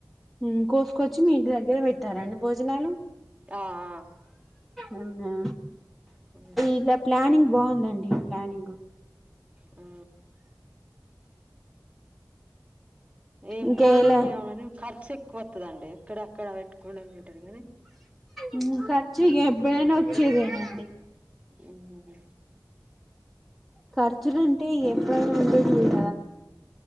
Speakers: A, in the centre; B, on the right.
A: ఉమ్ కోసుకొచ్చి మీ ఇంటి దగ్గర పెట్టారండి భోజనాలు?
B: ఆఆ
A: అవునా
B: ఆ
A: ఇలా ప్లానింగ్ బాగుందండి, ప్లానింగు
B: ఆ ఏం
A: ఇంకా
B: ప్లానింగ్
A: ఎలా
B: ఏమోగనీ ఖర్చు ఎక్కువ వత్తదండి, ఎక్కడ అక్కడ పెట్టుకోవడం బెటరు గని
A: ఉమ్ ఖర్చు ఇగ ఎప్పుడైనా వచ్చేదేనండి
B: ఉమ్
A: ఖర్చులుంటే ఇగ ఎప్పుడైనా ఉండేదియే కదా.